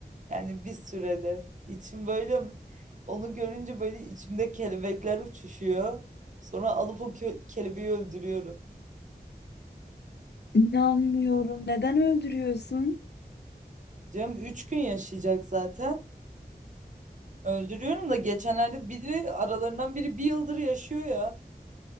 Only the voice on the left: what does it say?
İnanmıyorum. Neden öldürüyorsun?